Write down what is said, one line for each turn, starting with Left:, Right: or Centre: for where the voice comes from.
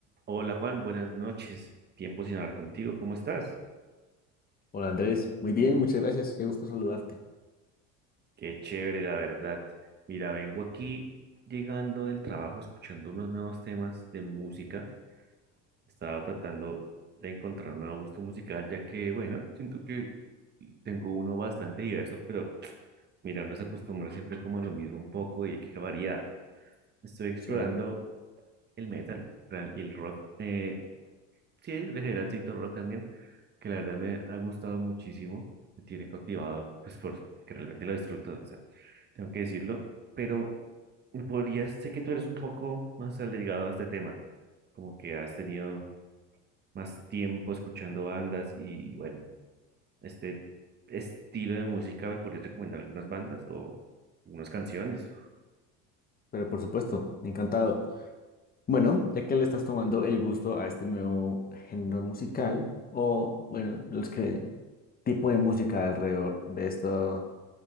Right: Hola Juan, buenas noches. Tiempo sin hablar contigo. ¿Cómo estás?
Left: Hola Andrés, muy bien, muchas gracias, qué gusto saludarte.
Right: Qué chévere, la verdad. Mira, vengo aquí llegando del trabajo escuchando unos nuevos temas de música. Estaba tratando de encontrar un nuevo gusto musical, ya que, bueno, siento que tengo uno bastante diverso, pero <tsk> mira, uno se acostumbra siempre como a lo mismo un poco y hay que variar. Estoy explorando
Left: Sí,
Right: el metal real- y el rock. Eh, sí, en general sí, Rock también, que la verdad me ha gustado muchísimo, me tiene cautivado, pues porque realmente lo disfruto, o sea, tengo que decirlo, pero me podrías, sé que tú eres un poco más allegado a este tema, como que has tenido más tiempo escuchando bandas y bueno, este estilo de música, ¿me podrías recomendar algunas bandas o algunas canciones?
Left: pero por supuesto, encantado. Bueno, ya que le estás tomando el gusto a este nuevo género musical, o bueno, los que tipo de música alrededor de estos